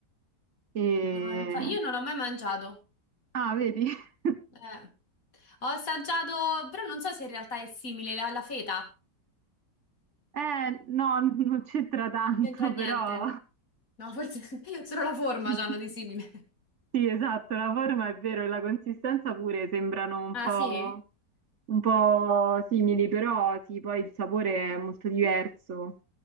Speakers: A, on the right (about 50°); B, on the left (about 50°).
A: E...
B: No, infa- Io non ho mai mangiato.
A: Ah, vedi? <laughs>
B: Eh. Ho assaggiato, però non so se in realtà è simile alla alla feta.
A: Eh, no, non c'entra tanto,
B: C'entra niente.
A: però
B: No, forse <laughs> solo la forma
A: <laughs>
B: c'hanno di simile.
A: sì, esatto, la forma è vero e la consistenza pure sembrano un
B: Ah,
A: po'.
B: sì?
A: un po' simili, però sì, poi il sapore è molto diverso.